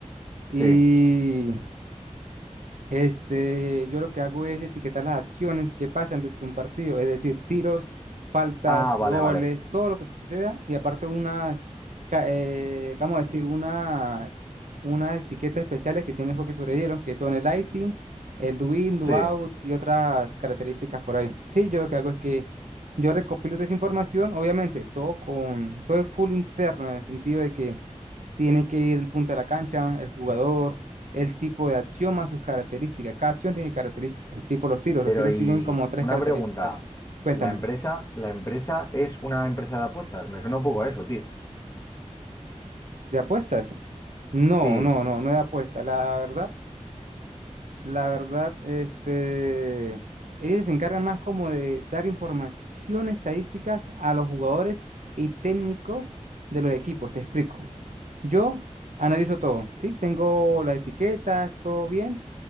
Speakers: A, on the right (about 80°); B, on the left (about 25°).
A: y
B: Sí.
A: Este, yo lo que hago es etiquetar las acciones que pasan dentro de un partido, es decir, tiros, faltas,
B: Ah, vale,
A: goles,
B: vale.
A: todo lo que suceda, y aparte unas, ca- eh, vamos a decir, unas, unas etiquetas especiales que tiene el hockey sobre hielo, que son el icing, el do in, do
B: Sí.
A: out y otras características por ahí. Sí, yo lo que hago es que yo recopilo toda esa información, obviamente, todo con, todo es full interno, en el sentido de que tiene que ir el punto de la cancha, el jugador, el tipo de acción más sus características. Cada acción tiene características, tipo los tiros.
B: Pero
A: Los tiros
B: y
A: tienen como tres
B: una
A: características.
B: pregunta,
A: Cuéntame,
B: la empresa, la empresa es una empresa de apuestas, me suena un poco a eso, tío.
A: ¿de apuestas? No,
B: Sí,
A: no, no, no de apuestas. La verdad, la verdad, este, ellos se encargan más como de dar información estadísticas a los jugadores y técnicos de los equipos. Te explico. Yo analizo todo, ¿sí? Tengo las etiquetas, todo bien